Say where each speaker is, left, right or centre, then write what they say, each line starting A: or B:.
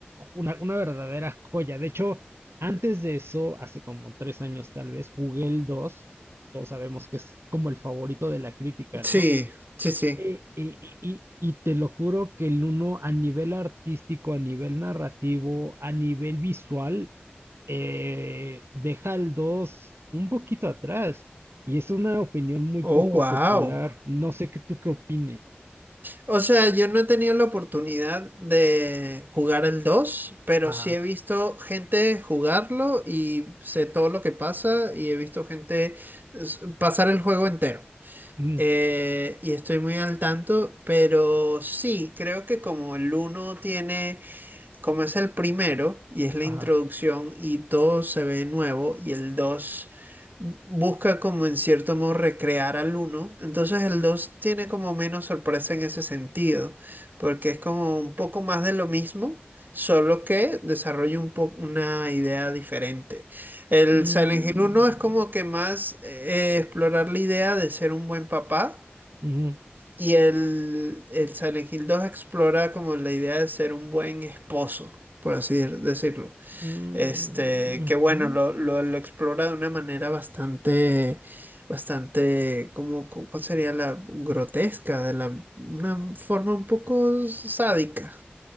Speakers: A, on the right; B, on the right.
A: una, una verdadera joya. De hecho, antes de eso, hace como tres años tal vez, jugué el dos Todos sabemos que es como el favorito de la crítica, ¿no?
B: sí, sí, sí.
A: Eh, y, y- y- y te lo juro que el uno a nivel artístico, a nivel narrativo, a nivel visual, eh, deja al 2 un poquito atrás. Y es una opinión muy
B: Oh,
A: poco
B: wow.
A: popular. No sé qué tú qué opines.
B: O sea, yo no he tenido la oportunidad de jugar el 2, pero
A: Ajá.
B: sí he visto gente jugarlo y sé todo lo que pasa y he visto gente s- pasar el juego entero.
A: mm,
B: Eh, y estoy muy al tanto, pero sí, creo que como el uno tiene Como es el primero y es la
A: ajá.
B: introducción y todo se ve nuevo y el 2 busca como en cierto modo recrear al uno entonces el 2 tiene como menos sorpresa en ese sentido, porque es como un poco más de lo mismo, solo que desarrolla un po- una idea diferente. El
A: mm,
B: Silent Hill uno es como que más eh, explorar la idea de ser un buen papá
A: ujú,
B: y el, el Silent Hill 2 explora como la idea de ser un buen esposo, por así de- decirlo.
A: mm,
B: Este, que
A: ujú.
B: bueno, lo, lo, lo explora de una manera bastante, bastante, como, cu- ¿cuál sería la grotesca? De la, una forma un poco sádica.